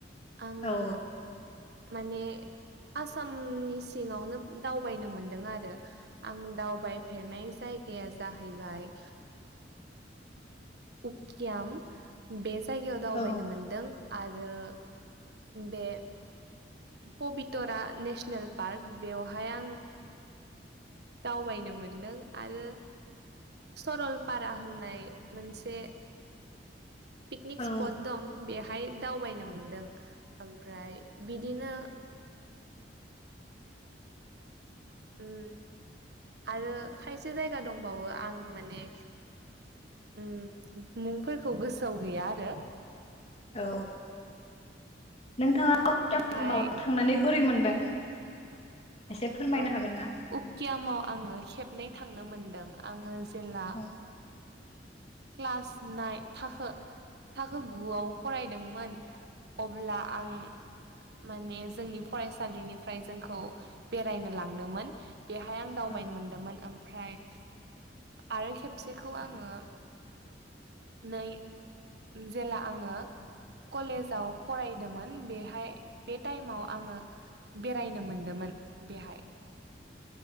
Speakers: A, on the right; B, on the left.
A: आङो
B: औ
A: माने आसामनि सिङावनो दावबायनो मोनदों आरो आं दावबायफेरनाय जायगाया जाहैबाय उकियाम बे जायगायाव दावबायनो
B: औ
A: मोनदों आरो बे पबितरा नेसनेल पार्क बेवहाय आं दावबायनो मोनदों आरो सरलपारा होननाय मोनसे पिकनिक
B: औ
A: स्पट दं बे हाय दावबायनो मोनदों ओमफ्राय बिदिनो
B: <inaudible>
A: उम आरो खायसे जायगा दंबावो आं माने उ मुंफोरखौ गोसोआव गैया आरो
B: औ नोंथाङा‌ उकियामाव
A: ओमफ्राय
B: थांनानै बोरै मोनदों एसे फोरमायनो
A: ओम
B: हागोन ना?
A: उकियामाव आङो खेबनै थांनो मोनदों आङो जेला
B: औ
A: क्लास नायेन थाखो थाखो गुआव फरायदोंमोन अब्ला आं माने जोंनि फरायसालिनिफ्राय जोंखौ बेरायनो लांदोंमोन बेहाय आं दावबायनो
B: औ
A: मोनदोंमोन ओमफ्राय आरो खेबसेखौ आङो
B: <inaudible>
A: नै जेला आङो कलेजाव फरायदोंमोन बेहाय बे टाइमाव आङो बेरायनो मोनदोंमोन बेहाय
B: <inaudible>